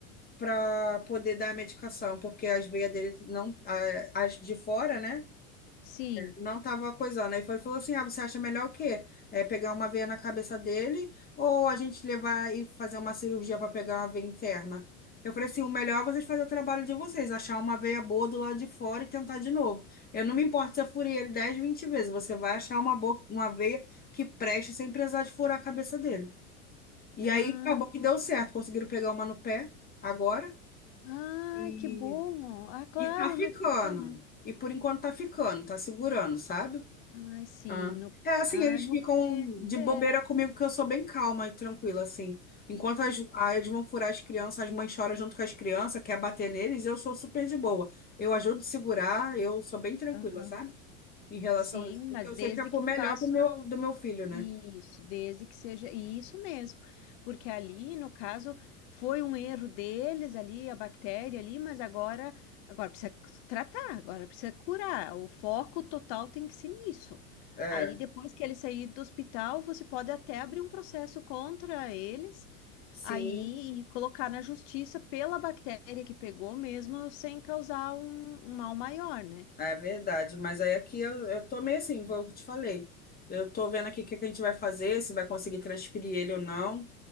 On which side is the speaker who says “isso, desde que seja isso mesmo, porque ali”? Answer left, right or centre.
Left